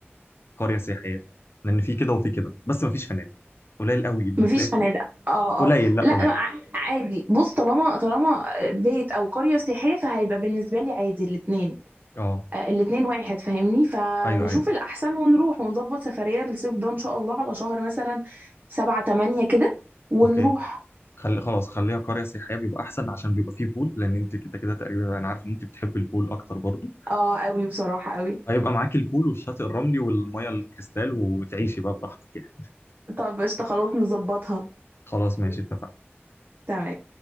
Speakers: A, on the left; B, on the right.
A: قريه سياحيه لان في كده وفي كده بس مفيش فنادق قليل قوي بتلاقي
B: مفيش
A: في...
B: فنادق اه
A: قليل
B: اه
A: لا
B: لا
A: قليل
B: ع- عادي بص طالما طالما بيت او قرية سياحية فهيبقى بالنسبة لي عادي الاتنين
A: اه
B: آه، الاتنين واحد فاهمني فنشوف
A: ايوه ايوه
B: الأحسن ونروح ونظبط سفرية للصيف ده إن شاء الله على شهر مثلا سبعة تمانية كده ونروح
A: اوكي خلي خلاص خليها قرية سياحية بيبقى أحسن عشان بيبقى فيه بول لأن أنت كده كده تقريبا أنا عارف إن أنت بتحب البول أكتر برضو
B: اه قوي بصراحة قوي
A: فيبقى معاك البول والشاطئ الرملي والمية الكريستال وتعيشي بقى براحتك يعني
B: طب قشطة خلاص نظبطها
A: خلاص ماشي اتفقنا
B: تمام